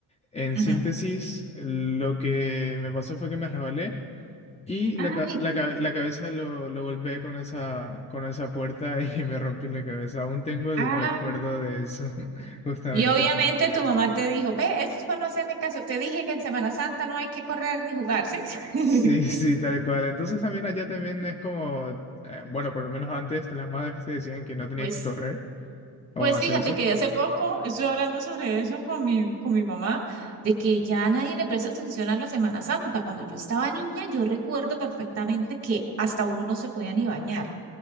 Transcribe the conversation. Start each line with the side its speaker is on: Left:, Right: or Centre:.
Left: En
Right: Ujú.
Left: síntesis, lo que me pasó fue que me resbalé. Y
Right: Ay,
Left: la, ca- la, ca- la cabeza lo, lo golpeé con esa, con esa puerta y <laughs> me rompió la cabeza. Aún tengo el
Right: ah,
Left: recuerdo de eso, <laughs> justamente.
Right: Y obviamente tu mamá te dijo, ve, esto es para no hacerme caso. Te dije que en Semana Santa no hay que correr ni jugar, ¿sí? <laughs>
Left: Sí, sí, tal cual. Entonces también allá también es como, eh, bueno, por lo menos antes las madres te decían que no tenías
Right: Pues,
Left: que correr o
Right: pues
Left: hacer
Right: fíjate
Left: eso.
Right: que hace poco estuve hablando sobre eso con mi, con mi mamá, de que ya nadie le presta atención a la Semana Santa. Cuando yo estaba niña, yo recuerdo perfectamente que hasta uno no se podía ni bañar.